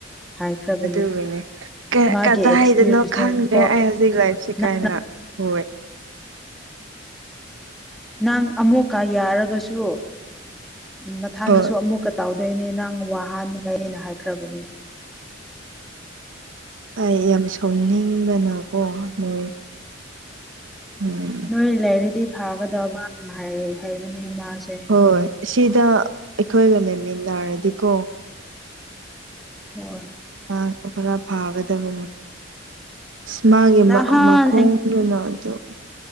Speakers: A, in the centre; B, on the right.
A: ꯍꯥꯏꯈ꯭ꯔꯕꯅꯦ
B: ꯑꯗꯨꯒꯤꯅꯦ
A: ꯃꯥꯒꯤ
B: ꯀꯗꯥ
A: ꯑꯦꯛꯁꯀ꯭ꯌꯨꯁꯅꯦ
B: ꯍꯥꯏꯗꯅꯣ ꯈꯪꯗ꯭ꯔꯦ
A: ꯀꯣ
B: ꯑꯩ ꯍꯧꯖꯤꯛ ꯂꯥꯏꯐꯁꯤ
A: ꯅꯪ
B: ꯀꯥꯏꯟꯅ ꯍ
A: ꯅꯪ ꯑꯃꯨꯣꯛꯀ ꯌꯥꯔꯒꯁꯨ ꯃꯊꯥꯡꯗꯁꯨ
B: ꯍꯣꯏ
A: ꯑꯃꯨꯛꯀ ꯇꯧꯗꯣꯏꯅꯦ ꯅꯪ ꯋꯥꯍꯅꯤꯉꯅ ꯍꯥꯏꯈ꯭ꯔꯕꯅꯦ
B: ꯑꯩ ꯌꯥꯝ ꯁꯥꯎꯅꯤꯡꯕꯅꯀꯣ ꯅꯣꯏ ꯎꯝ
A: ꯅꯣꯏ ꯂꯩꯔꯗꯤ ꯐꯥꯒꯗꯕꯅ ꯍꯩꯕꯅꯦ ꯃꯥꯁꯦ
B: ꯍꯣꯏ ꯁꯤꯗ ꯑꯩꯈꯣꯏꯒ ꯂꯩꯃꯤꯟꯅꯔꯗꯤꯀꯣ
A: ꯍ
B: ꯉꯥꯡꯁꯨ ꯈꯔ ꯐꯥꯒꯗꯕꯅꯤ ꯏꯁꯃꯒꯤ
A: ꯅꯍꯥꯟ
B: ꯃꯈꯣꯡꯗꯨꯅ ꯑꯗꯨꯝ